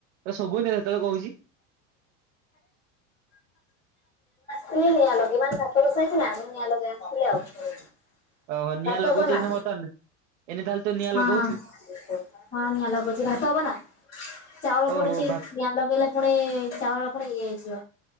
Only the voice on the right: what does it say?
ତତେ ଶୁଭୁନି, ସେତେବେଳୁ କହୁଛି।
ଓହୋ ନିଆଁ
ଲଗଉଚୁ
ଏଇନେ ବର୍ତ୍ତମାନ ଏଇନେ ତାହେଲେ ତୁ ନିଆଁ
ଲଗଉଛୁ
ଓହୋ
ଭା